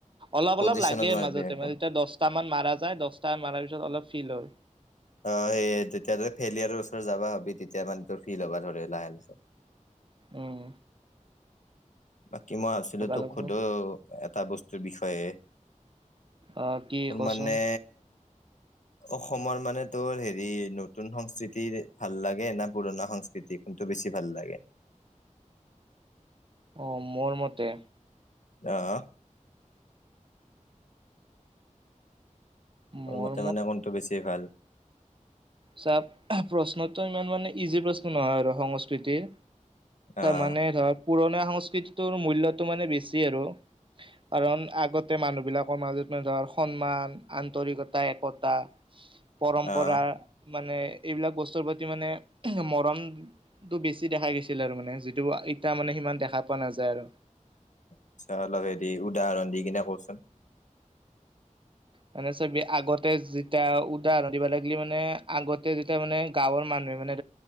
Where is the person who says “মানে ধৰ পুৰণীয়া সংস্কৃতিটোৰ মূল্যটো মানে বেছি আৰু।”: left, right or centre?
Right